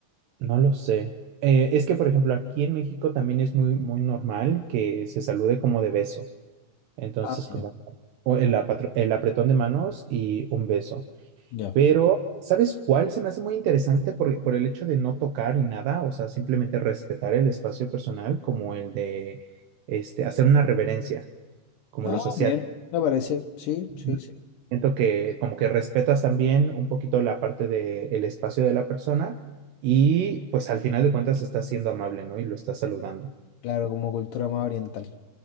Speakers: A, on the right; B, on the left.
A: no lo sé. Eh, es que, por ejemplo, aquí en México también es muy, muy normal que se salude como de beso. Entonces,
B: Ah,
A: como
B: ya,
A: o el, apatro- el apretón de manos y un beso.
B: ya.
A: Pero, ¿sabes cuál se me hace muy interesante por, por el hecho de no tocar ni nada? O sea, simplemente respetar el espacio personal, como el de este, hacer una reverencia, como
B: Ah,
A: los asiáticos.
B: bien, me parece. Sí, sí,
A: ¿no?
B: sí.
A: Siento que como que respetas también un poquito la parte del espacio de la persona y pues al final de cuentas estás siendo amable, ¿no? Y lo estás saludando.
B: Claro, como cultura más oriental.